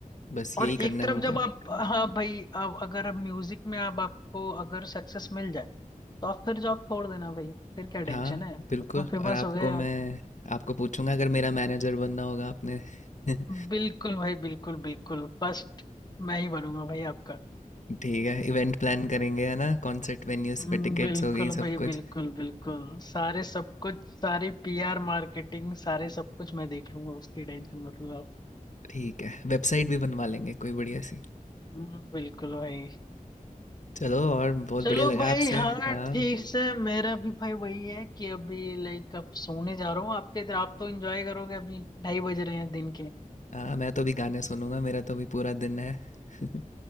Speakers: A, on the left (about 60°); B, on the left (about 30°).
A: बस
B: और
A: यही
B: एक
A: करना
B: तरफ
A: है मुझे
B: जब आप हाँ भाई अब अगर म्यूजिक में आप आपको अगर सक्सेस मिल जाए तो आप फिर जॉब छोड़ देना भाई फिर क्या टेंशन
A: हाँ
B: है
A: बिल्कुल
B: तो फेमस
A: और आपको
B: हो गए आप
A: मैं आपको पूछूंगा अगर मेरा मैनेजर बनना होगा आपने <laughs>
B: बिल्कुल भाई बिल्कुल बिल्कुल फर्स्ट मैं ही बनूंगा भाई आपका
A: ठीक है इवेंट प्लान करेंगे है ना कॉन्सर्ट वेन्यूज
B: हम्म,
A: पे टिकट्स
B: बिल्कुल
A: हो गई सब
B: भाई
A: कुछ
B: बिल्कुल बिल्कुल सारे सब कुछ सारी पीआर मार्केटिंग सारे सब कुछ मैं देख लूंगा उसकी टेंशन मतलब आप
A: ठीक है वेबसाइट भी बनवा लेंगे कोई बढ़िया सी
B: हम्म, बिल्कुल भाई
A: चलो और बहुत
B: चलो
A: बढ़िया लगा
B: भाई
A: आपसे
B: हाँ
A: हाँ
B: ठीक से मेरा भी भाई वही है कि अभी लाइक अब सोने जा रहा हूँ आपके इधर आप तो एंजॉय करोगे अभी ढाई बज रहे हैं दिन के
A: हाँ मैं तो भी गाने सुनूंगा मेरा तो भी पूरा दिन है <laughs>